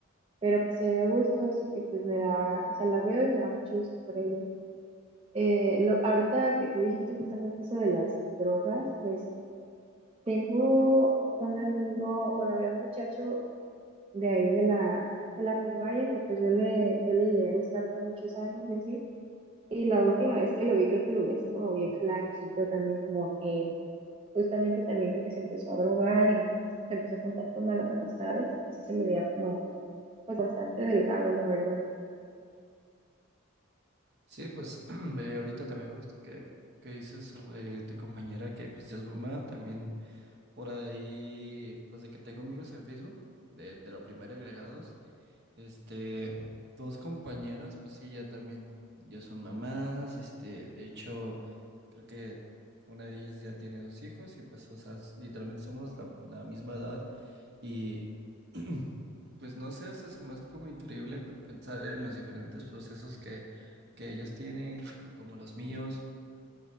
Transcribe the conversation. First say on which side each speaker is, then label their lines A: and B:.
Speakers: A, on the right; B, on the right.
A: pero pues se ve a gusto, así que pues me da, o sea, la veo y me da mucho gusto por ella. Eh, lo, ahorita que tú dijiste justamente eso de las drogas, pues tengo un amigo, bueno, había un muchacho de ahí de la, de la primaria que pues yo le, yo le llegué a gustar por muchos años y así. Y la última vez que lo vi, creo que lo vi así como bien flaquito también, como que justamente también creo que se empezó a drogar y se empezó a juntar con malas amistades y pues sí se me veía como pues bastante delgado, la verdad.
B: Sí, pues <clears throat> eh, ahorita también justo que, que dices sobre tu compañera que pues ya es mamá, también por ahí, pues de que tengo amigos en Facebook de, de la primaria agregados. Este, dos compañeras, pues sí, ya también, ya son mamás, este, de hecho, creo que una de ellas ya tiene dos hijos y pues, o sea, s- literalmente somos la, la misma edad y <clears throat> pues no sé, o sea, se me hace como increíble pe- pensar en los diferentes procesos que, que ellos tienen, tanto como los míos,